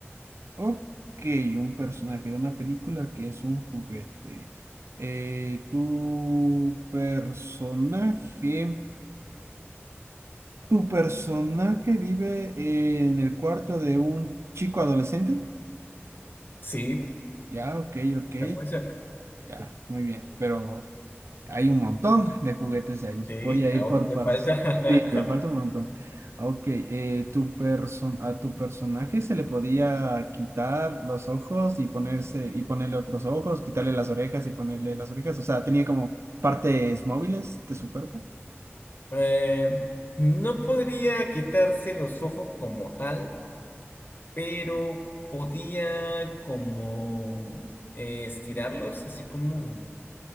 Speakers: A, on the right; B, on the left.
A: Ok, un personaje de una película que es un juguete. Eh, tu personaje, tu personaje vive en el cuarto de un chico adolescente.
B: Sí,
A: Ya, ok, ok.
B: estás muy cerca.
A: Ya, muy bien. Pero Hay un montón de juguetes ahí.
B: Sí,
A: Voy a
B: aún
A: ir por
B: te
A: partes.
B: falta. <laughs>
A: Sí, me falta un montón. Ok, eh, tu person a tu personaje se le podía quitar los ojos y ponerse y ponerle otros ojos, quitarle las orejas y ponerle las orejas. O sea, tenía como partes móviles de su cuerpo.
B: Eh, no podría quitarse los ojos como tal, pero podía como eh, estirarlos, así como